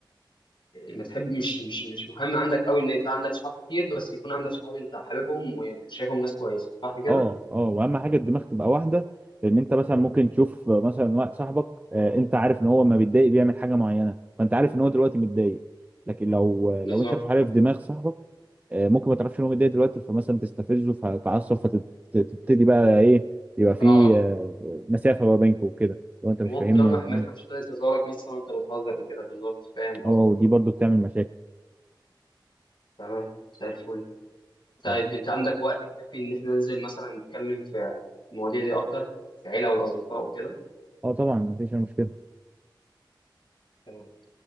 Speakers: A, on the left; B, on the right.
A: ال... ما تحب مش مش مش مهم عندك قوي ان انت عندك صحاب كتير بس يكون عندك صحاب انت حاببهم وشايفهم ناس كويسه صح كده
B: اه اه واهم حاجه الدماغ تبقى واحده لان انت مثلا ممكن تشوف آه، مثلا واحد صاحبك آه، انت عارف ان هو لما بيتضايق بيعمل حاجه معينه فانت عارف ان هو دلوقتي متضايق لكن لو آه،
A: بالظبط
B: لو انت مش عارف دماغ صاحبك آه، ممكن ما تعرفش ان هو متضايق دلوقتي فمثلا تستفزه فتتعصب فتبتدي بقى ايه يبقى في
A: اه
B: آه، مسافه ما بينكم وكده لو انت مش
A: ممكن
B: فاهمني
A: كمان واحد
B: اه
A: ما يفهمش طريقه هزارك مثلا انت بتهزر وكده بالظبط فاهم قصدي
B: آه، ودي برضو بتعمل مشاكل
A: تمام زي الفل طيب
B: طيب.
A: انت عندك وقت كافي ان احنا ننزل مثلا نتكلم في المواضيع دي اكتر في العيله والاصدقاء وكده
B: اه طبعا مفيش أي مشكله
A: تمام